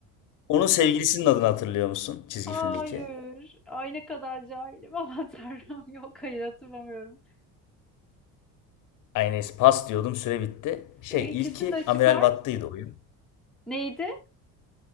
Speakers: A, on the left; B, in the centre.
A: Onun sevgilisinin adını hatırlıyor musun?
B: <laughs>
A: Çizgi
B: Hayır.
A: filmdeki.
B: Ay ne kadar cahilim. <laughs> Aman Tanrım. Yok hayır hatırlamıyorum.
A: Aynes pas diyordum süre bitti. Şey
B: E, İkisini
A: ilki
B: de açıklar
A: Amiral Battıydı
B: mısın?
A: oyun.
B: Neydi?